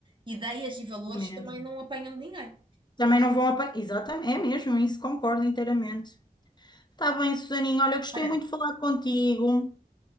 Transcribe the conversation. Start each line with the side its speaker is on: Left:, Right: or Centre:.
Right: ideias e valores,
Left: mesmo.
Right: também não apanham de ninguém.
Left: Também não vão apagar. Exatamente, é mesmo, isso concordo inteiramente. Está bem, Susaninha, olha, gostei
Right: Olha,
Left: muito de falar contigo,